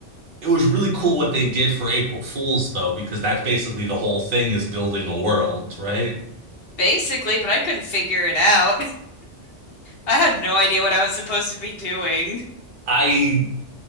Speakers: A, on the right; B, on the left.
A: it was really cool what they did for April Fools though, because that's basically the whole thing is building a world, right?
B: Basically, but I couldn't figure it out. I had no idea what I was supposed to be doing.
A: I